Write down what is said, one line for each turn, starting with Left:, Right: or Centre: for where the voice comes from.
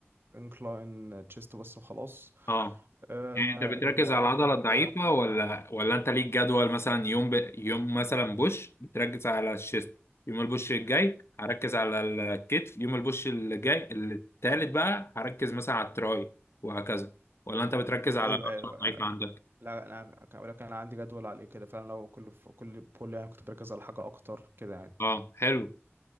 Right: وانكلاين تشيست بس وخلاص
Left: اه
Right: أه
Left: يعني انت بتركز
Right: واركز
Left: على العضله
Right: وأر-
Left: الضعيفه ولا ولا انت ليك جدول مثلا يوم ب... يوم مثلا بوش بتركز على الشيست يوم البوش الجاي هركز على الكتف يوم البوش الجاي التالت بقى هركز مثلا على التراي وهكذا ولا انت بتركز على
Right: ايوه
Left: العضله
Right: ايوه أيوة.
Left: الضعيفه عندك
Right: لا انا كان- ولكن انا عندي جدول عليه كده فعلا لو كل كل بول يعني كنت بركز على حاجه اكتر كده يعني
Left: اه حلو